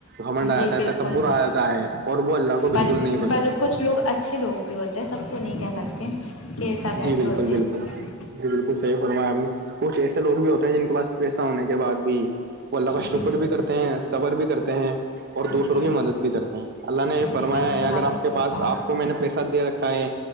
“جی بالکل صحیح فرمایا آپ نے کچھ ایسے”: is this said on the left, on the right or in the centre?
Right